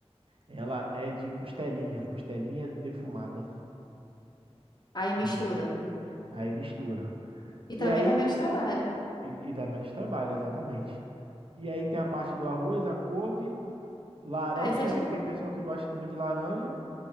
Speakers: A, on the right; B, on the left.
A: ela é de costelinha, costelinha defumada,
B: Aí
A: entendeu?
B: mistura.
A: Aí mistura.
B: E
A: E
B: também
A: aí,
B: dá menos trabalho.
A: e, e dá menos trabalho, exatamente. E aí tem a parte do arroz, a couve, laranja,
B: Ah, isso é de
A: né?
B: boa.
A: Que tem pessoal que gosta também de laranja,